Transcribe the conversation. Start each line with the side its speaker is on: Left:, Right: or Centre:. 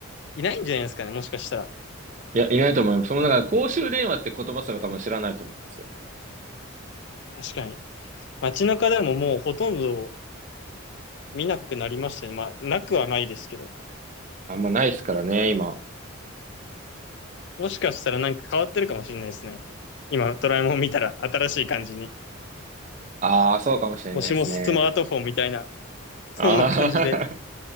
Left: いないんじゃないですかね。もしかしたら。
Right: いや、いないと思います。そのなんか公衆電話って言葉すら多分知らないと思うんですよ。
Left: 確かに。街中でももうほとんど見なくなりましたね。まあ、なくはないですけど。
Right: あんまないですからね、今。
Left: もしかしたらなんか変わってるかもしれないですね。今、ドラえもん見たら新しい感じに。
Right: ああ、そうかもしれないですね。
Left: もしもスマートフォンみたいな、そんな感じで。
Right: ああ、